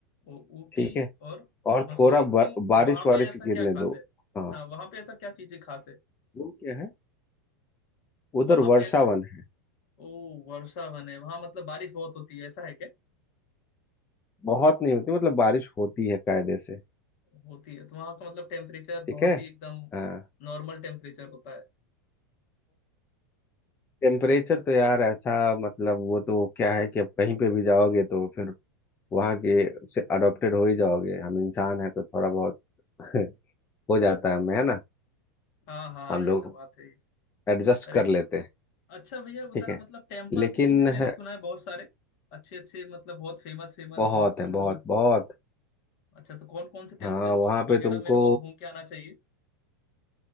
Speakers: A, on the left; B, on the left.
A: वो ऊटी
B: ठीक है
A: और
B: और
A: मसूरी
B: थोड़ा ब-
A: क्यों
B: बारिश
A: वहां
B: वारिश
A: पे ऐसा
B: गिरने
A: क्या खास
B: दो
A: है
B: हाँ
A: हाँ वहां पे ऐसा क्या चीजें खास है
B: वो क्या है उधर
A: वहां
B: वर्षावन
A: पे ऐसा
B: है
A: ओ वर्षा वन है वहां मतलब बारिश बहुत होती है ऐसा है क्या
B: बहुत नहीं होती मतलब बारिश होती है कायदे से
A: होती है तो वहां का मतलब टेम्परेचर
B: ठीक
A: बहुत
B: है
A: ही एकदम
B: हाँ
A: नॉर्मल टेम्परेचर होता है
B: टेम्परेचर तो यार ऐसा मतलब वो तो क्या है कि अब कहीं पे भी जाओगे तो फिर वहाँ के से अडॉप्टेड हो ही जाओगे हम इंसान हैं तो थोड़ा बहुत <laughs> हो जाता है हमें है ना
A: हाँ हाँ
B: हम
A: ये
B: लोग
A: तो बात है
B: एडजस्ट
A: अरे
B: कर लेते हैं
A: अच्छा भैया उधर
B: ठीक है
A: मतलब टेम्पल्स
B: लेकिन
A: भी हैं मैंने
B: है,
A: सुना है बहुत सारे अच्छे अच्छे मतलब बहुत फेमस फेमस
B: बहुत
A: बहुत ओल्ड
B: है बहुत बहुत
A: अच्छा तो कौन कौन से टेम्पल्स
B: हाँ वहाँ पे
A: वगैरह
B: तुमको
A: मेरे को घूम के आना चाहिए